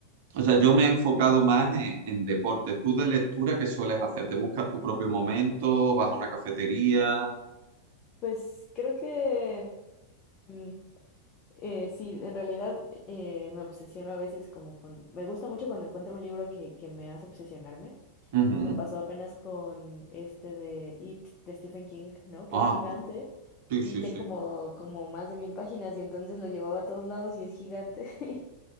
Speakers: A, on the right; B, on the left.
A: o sea, yo me he enfocado más en, en deporte. ¿Tú de lectura qué sueles hacer? ¿Te buscas tu propio momento? ¿Vas a una cafetería?
B: Pues creo que mm, eh, sí, en realidad eh, me obsesiono a veces como con, me gusta mucho cuando encuentro un libro que, que me hace obsesionarme.
A: Ujú.
B: Me pasó apenas con este de It de Stephen King, ¿no? Que
A: Ah,
B: es gigante.
A: Sí,
B: y
A: sí,
B: tiene
A: sí.
B: como, como más de mil páginas y entonces lo llevaba a todos lados y es gigante. <laughs>